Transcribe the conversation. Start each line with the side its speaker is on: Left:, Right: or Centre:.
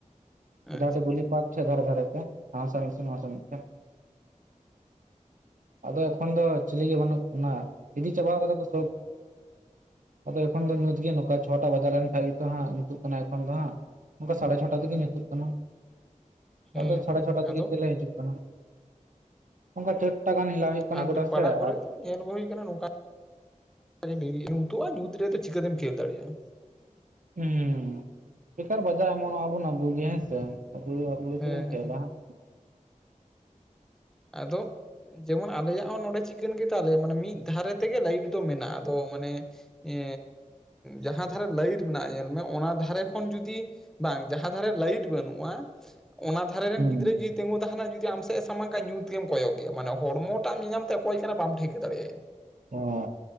Centre: ᱟᱪᱪᱷᱟ
Right: ᱡᱟᱦᱟᱸ ᱴᱩᱠᱩ ᱜᱩᱞᱤ
Centre: ᱟᱪᱪᱷᱟ
Right: ᱯᱛᱨᱠ ᱫᱷᱟᱨᱮ ᱫᱷᱟᱨᱮ ᱛᱮ ᱡᱟᱦᱟᱸ ᱥᱟᱶ ᱢᱤᱫ ᱥᱮ ᱱᱚᱣᱟ ᱥᱟᱶ ᱢᱤᱫ ᱛᱮ᱾ ᱟᱫᱚ ᱮᱠᱷᱚᱱ ᱫᱚ ᱪᱤᱞᱤ ᱜᱮ ᱵᱟᱱᱩᱜ <unintelligible> ᱤᱫᱤ ᱪᱟᱵᱟ ᱠᱟᱫᱟ ᱠᱚ ᱥᱳᱵ᱾ ᱟᱫᱚ ᱮᱠᱷᱚᱱ ᱫᱚ ᱧᱩᱛ ᱜᱤ ᱱᱚᱝᱠᱟ ᱪᱷᱚᱴᱟ ᱵᱟᱡᱟᱣ ᱞᱮᱱᱠᱷᱟᱱ ᱜᱮ ᱧᱩᱛᱩᱜ ᱠᱟᱱᱟ ᱮᱠᱷᱚᱱ ᱫᱚ ᱦᱟᱸᱜ᱾ ᱚᱱᱠᱟ ᱥᱟᱲᱮ ᱪᱷᱚᱴᱟ ᱛᱮᱜᱮ ᱧᱩᱛᱩᱜ ᱠᱟᱱᱟ,
Centre: ᱦᱮᱸ
Right: ᱟᱫᱚ ᱥᱟᱲᱮ
Centre: ᱦᱮᱸ
Right: ᱪᱷᱚᱴᱟ ᱛᱮᱜᱮ
Centre: ᱟᱫᱚ
Right: ᱛᱮᱞᱮ ᱦᱤᱡᱩᱜ ᱚᱱᱟ ᱚᱱᱠᱟ ᱪᱟᱹᱨᱴᱟ ᱜᱟᱱ ᱦᱮᱞᱟᱜ ᱦᱩᱭᱩᱜ ᱠᱟᱱᱟ
Centre: ᱟᱛᱳ
Right: ᱜᱚᱰᱟ
Centre: ᱯᱟᱲᱟ
Right: ᱥᱮᱜ,
Centre: ᱠᱚᱨᱮ
Right: ᱟᱨ
Centre: ᱫᱚ ᱧᱮᱞ ᱟᱜᱩᱸ ᱦᱩᱭ ᱠᱟᱱᱟ ᱱᱚᱝᱠᱟᱨᱤ ᱩᱛᱩᱜᱟ ᱧᱩᱛ ᱨᱮᱫᱚ ᱪᱤᱠᱟᱹᱛᱮᱢ ᱠᱷᱮᱞ ᱫᱟᱲᱮᱭᱟᱜ-ᱟ᱾
Right: ᱦᱩᱸ ᱵᱮᱠᱟᱨ ᱵᱟᱡᱟᱣ ᱮᱢᱚᱱ ᱱᱚᱜᱟᱵᱩᱱ ᱟᱵᱩ ᱜᱮ ᱦᱮᱸᱥᱮ ᱟᱵᱩ ᱟᱵᱩ ᱜᱮᱛᱚ
Centre: ᱦᱮᱸ
Right: ᱵᱩᱱ ᱠᱷᱮᱞᱟ᱾
Centre: ᱦᱮᱸ
Right: ᱦᱩᱸ
Centre: ᱟᱫᱚ ᱡᱮᱢᱚᱱ ᱟᱞᱮᱭᱟᱜ ᱦᱚᱸ ᱱᱚᱰᱮ ᱪᱤᱠᱟᱹᱱ ᱜᱮᱛᱟ ᱞᱮᱭᱟ ᱢᱟᱱᱮ ᱢᱤᱫ ᱫᱷᱟᱨᱮ ᱛᱮᱜᱮ ᱞᱟᱭᱤᱴ ᱫᱚ ᱢᱮᱱᱟᱜ-ᱟ ᱟᱫᱚ ᱢᱟᱱᱮ ᱮ ᱡᱟᱦᱟᱸ ᱫᱷᱟᱨᱮ ᱞᱟᱹᱭᱤᱴ ᱢᱮᱱᱟᱜ-ᱟ ᱧᱮᱞ ᱢᱮ ᱚᱱᱟ ᱫᱷᱟᱨᱮ ᱠᱷᱚᱱ ᱡᱩᱫᱤ ᱵᱟᱝ ᱡᱟᱦᱟᱸ ᱫᱷᱟᱨᱮ ᱞᱟᱭᱤᱴ ᱵᱟᱱᱩᱜ-ᱟ ᱚᱱᱟ ᱫᱷᱟᱨᱮ ᱨᱮ ᱨᱮᱱ
Right: ᱦᱩᱸ
Centre: ᱜᱩᱫᱽᱨᱟᱹ ᱡᱩᱫᱤ ᱛᱟᱦᱮᱱᱟ ᱡᱩᱫᱤ ᱟᱢ ᱥᱮᱜ ᱥᱟᱢᱟᱝ ᱠᱟᱜᱟ ᱧᱩᱛ ᱜᱮᱢ ᱠᱚᱭᱚᱜ ᱜᱮᱭᱟ ᱢᱟᱱᱮ ᱦᱚᱲᱢᱚ ᱴᱟᱜ ᱧᱮᱧᱟᱢ ᱛᱟᱭᱟ ᱚᱠᱚᱭ ᱵᱟᱢ ᱴᱷᱤᱠᱟᱹ ᱫᱟᱲᱮᱟᱭᱟ
Right: ᱦᱚᱸ